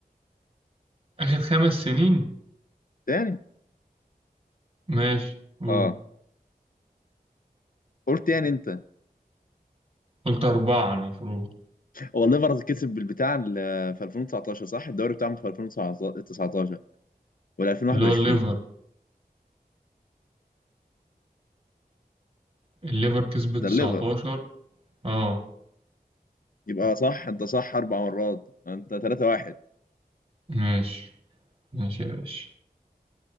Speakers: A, on the right; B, on the left.
A: آخر خمس سنين
B: تاني
A: ماشي قول.
B: اه قلت يعني انت
A: قلت أربعة المفروض
B: هو الليفرز كسب بالبتاع ال- في 2019 صح الدوري بتاعهم في 2019 ولا 2021
A: اللي هو الليفر الليفر كسبت
B: ده
A: 19
B: الليفر
A: اه
B: يبقى صح انت صح اربع مرات انت 3 1
A: ماشي ماشي يا باشا